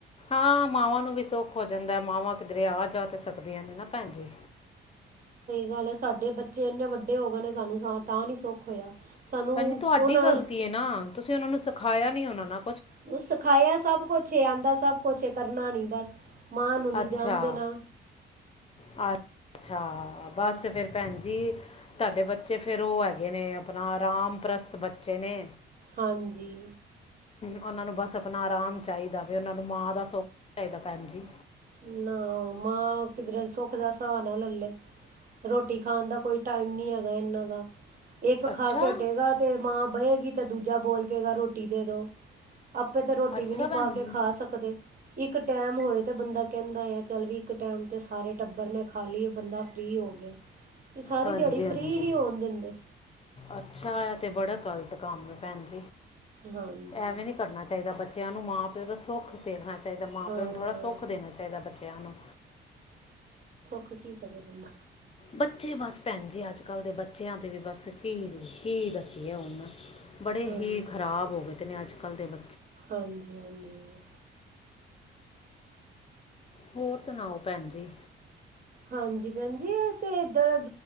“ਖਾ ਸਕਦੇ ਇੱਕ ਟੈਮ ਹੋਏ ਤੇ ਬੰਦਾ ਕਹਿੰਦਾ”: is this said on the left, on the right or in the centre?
Right